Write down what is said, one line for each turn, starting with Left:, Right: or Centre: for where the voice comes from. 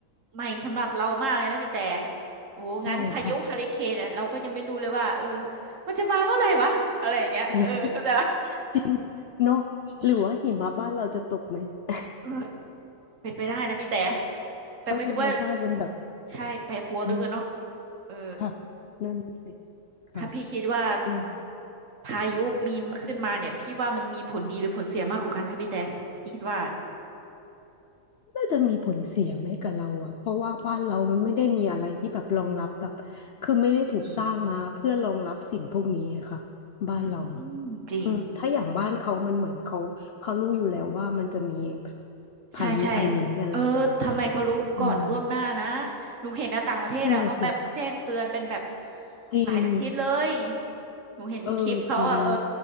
Right: ใหม่สำหรับเรามากเลยนะพี่แต่โอ้งั้นพายุฮาริเคนเนี่ยเราก็ยังไม่รู้เลยว่าเออ
Left: ใช่ค่ะ
Right: มันจะมาเมื่อไหร่วะอะไรอย่างเงี้ยเออเข้าใจปะ
Left: <laughs> เออจริงเนาะหรือว่าหิมะบ้านเราจะตกไหม
Right: อืมอืม
Left: <laughs>
Right: เออเป็นไปได้นะพี่แต่แต่ไม่รู้ว่า
Left: เพราะธรรมชาติมันแบบ
Right: ใช่ แปรปรวนเหลือเกินเนาะ
Left: นั้น
Right: เออ
Left: ค่ะนั่นน่ะสิค่ะ
Right: ถ้าพี่คิดว่า
Left: อืม
Right: พายุมีขึ้นมาเนี่ย พี่ว่ามันมีผลดีหรือผลเสียมากกว่ากันคะพี่แต่พี่คิดว่า
Left: น่าจะมีผลเสียไหมกับเราอะเพราะว่าบ้านเรามันไม่ได้มีอะไรที่แบบรองรับแบบคือไม่ได้ถูกสร้างมาเพื่อรองรับสิ่งพวกนี้อะค่ะ
Right: อืม
Left: บ้านเราอะ
Right: อืมอืมจริง
Left: อืมถ้าอย่างบ้านเขามันเหมือนเขาเขารู้อยู่แล้วว่ามันจะมีแบบพายุอันนี้อะไรอย่างเงี้ยค่ะ
Right: ใช่ใช่เออทำไมเขารู้ก่อนล่วงหน้านะ
Left: อืม
Right: หนูเห็นนะต่างประเทศอ่ะเขาแบบแจ้งเตือนเป็นแบบ
Left: นั่นน่ะสิจริง
Right: หลายอาทิตย์เลย หนูเห็นคลิปเขาอ่ะเออ
Left: เออจริง